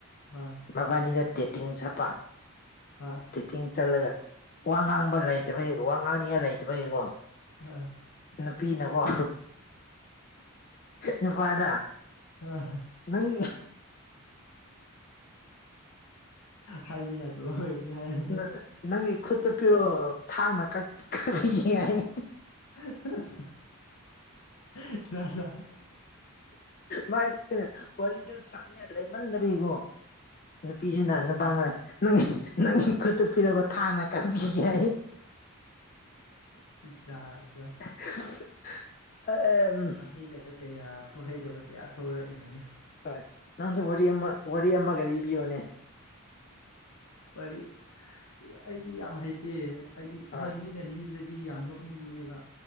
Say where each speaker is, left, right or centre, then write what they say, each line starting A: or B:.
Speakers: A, on the left; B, on the left.
A: ꯍꯣꯏ
B: ꯃꯕꯥꯅꯤꯗꯣ ꯗꯦꯇꯤꯡ ꯆꯠꯄ
A: ꯍꯣꯏ
B: ꯗꯦꯇꯤꯡ ꯆꯠꯂꯒ ꯋꯥ ꯉꯥꯡꯕ ꯂꯩꯇꯕꯩ ꯋꯥ ꯉꯥꯡꯅꯤꯡꯉꯥꯏ ꯂꯩꯇꯕꯩꯀꯣ
A: ꯍꯣꯢ
B: ꯅꯨꯄꯤꯅꯀꯣ ꯅꯨꯄꯥꯗ
A: ꯑ
B: ꯅꯪꯒꯤ
A: <inaudible> ꯍꯥꯏꯕ ꯌꯥꯗꯕ ꯑꯣꯏꯔꯗꯤ ꯍꯥꯏꯔꯛꯒꯅꯨ
B: ꯅ- ꯅꯪꯒꯤ ꯈꯨꯠꯇꯨ ꯄꯤꯔꯛꯑꯣ ꯊꯥꯡꯅ ꯀꯛ ꯀꯛꯄꯤꯒꯦ ꯍꯥꯏꯌꯦ
A: <unintelligible>
B: ꯃꯥꯏꯗꯣ ꯋꯥꯔꯤꯗꯣ ꯁꯥꯟꯅꯤꯉꯥꯢ ꯂꯩꯃꯟꯗꯕꯤꯀꯣ ꯅꯨꯄꯤꯁꯤꯅ ꯅꯨꯄꯥꯗ ꯅꯪꯒꯤ ꯅꯪꯒꯤꯈꯨꯠꯇꯨ ꯄꯤꯔꯛꯑꯣ ꯊꯥꯡꯅ ꯀꯛꯄꯤꯒꯦ ꯍꯥꯏ
A: ꯖꯥꯠ ꯖꯥꯠ
B: ꯏꯁ <unintelligible> ꯑꯥ ꯑꯦ ꯑꯝ <unintelligible>
A: ꯍꯩꯗꯕ ꯀꯌꯥ ꯊꯣꯛꯍꯩꯗꯕ ꯀꯌꯥ ꯊꯣꯛꯔꯛꯏꯅꯤꯅꯦ
B: ꯍꯥꯏ ꯅꯪꯁꯦ ꯋꯥꯔꯤ ꯑꯃ ꯋꯥꯔꯤ ꯑꯃꯒ ꯂꯤꯕꯤꯌꯣꯅꯦ
A: ꯋꯥꯔꯤ ꯑꯁ ꯑꯩꯗꯤ ꯌꯥꯝ ꯍꯩꯇꯦ ꯑꯩꯗꯤ
B: ꯑꯥ
A: ꯍꯣꯏ ꯃꯤ ꯂꯤꯔꯗꯤ ꯌꯥꯝ ꯅꯣꯛꯅꯤꯡꯕꯅꯦꯕ